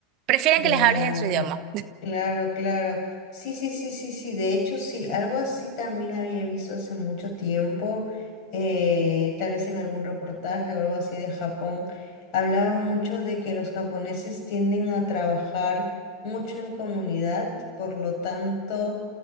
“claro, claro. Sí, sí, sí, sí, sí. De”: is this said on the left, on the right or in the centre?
Left